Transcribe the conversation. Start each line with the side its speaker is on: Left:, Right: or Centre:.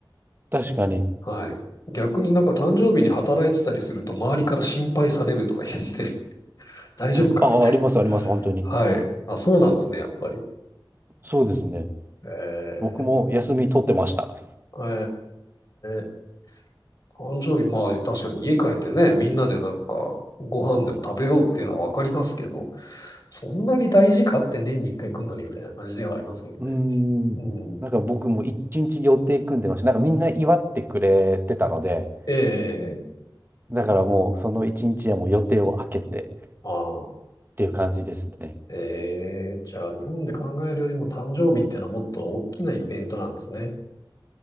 Right: 確かに。
Left: はい。逆になんか誕生日に働いてたりすると周りから心配されるとか言って <laughs> 大丈夫かみたいな。
Right: うん。あ、あります、あります、本当に。
Left: はい。あ、そうなんですね、やっぱり。
Right: そうですね。
Left: えー、
Right: 僕も休み取ってました。
Left: えー、誕生日、まあ確かに家帰ってね、みんなでなんかご飯でも食べようっていうのはわかりますけど、そんなに大事かって年に一回来るのにみたいな感じではありますけどね。
Right: うーん。
Left: うん。
Right: なんか僕も一日予定組んでました。なんかみんな祝ってくれてたので、
Left: ええ
Right: だからもうその一日はもう予定を空けてっ
Left: ああ、
Right: ていう感じですね。
Left: ええじゃあ日本で考えるよりも誕生日っていうのはもっと大きなイベントなんですね。